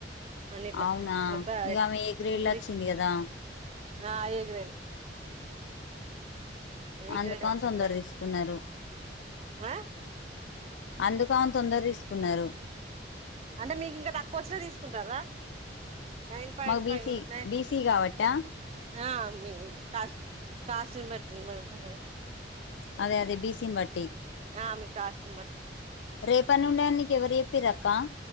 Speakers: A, on the right; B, on the left.
A: అన్నిట్లా
B: అవునా
A: ఒక
B: ఇక ఆమె ఎగరేళ్ళ
A: ఇంగ్లీష్
B: వచ్చింది కదా
A: ఆ ఏగ్రేను ఏ
B: అందుకని
A: గ్రేడ్ వచ్చిందిరా
B: తొందర తీసుకున్నారు
A: ఆ
B: అందుకు అని తొందర తీసుకున్నారు
A: అంటే మీకు ఇంకా తక్కువ వచ్చినా తీసుకుంటారా నైన్ పాయింట్
B: మాకు బీస
A: ఫైవ్ నైన్
B: బీసీ కాబట్టా
A: ఆ మీ కాశ కాశపటి మ
B: అదే అదే బీసన్ వాట్టటి
A: అ మీ కాస్తు
B: రేపని ఉండేని నీకు ఎవరు చెప్పి రక్క